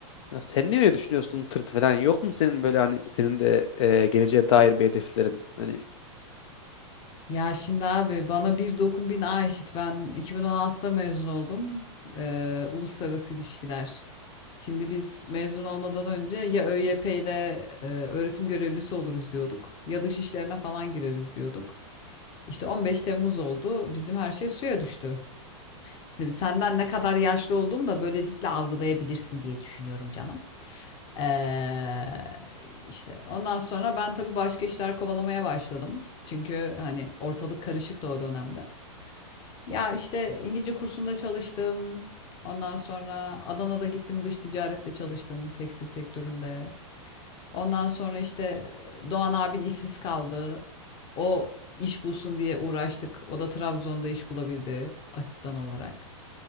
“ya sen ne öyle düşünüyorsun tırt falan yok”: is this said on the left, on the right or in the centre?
Left